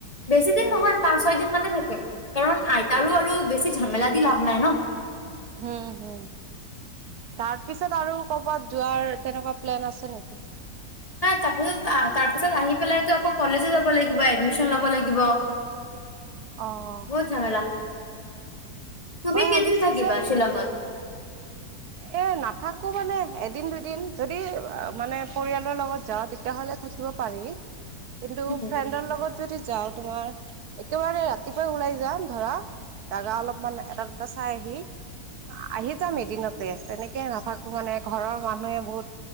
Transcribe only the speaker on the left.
বেছি দিন
নহয় পাঁচ ছয় দিন মানে থাক কাৰণ আইতাৰো আৰু বেছি ঝামেলা দি লাভ নাই ন।
তাৰপিছত তাৰপিছত আহি পেলাইো আকৌ কলেজো যাব লাগিব এডমিচন লব লাগিব। বহত
ঝামেলা। তুমি
কেইদিন
থাকিবা
শ্বিলঙত
উম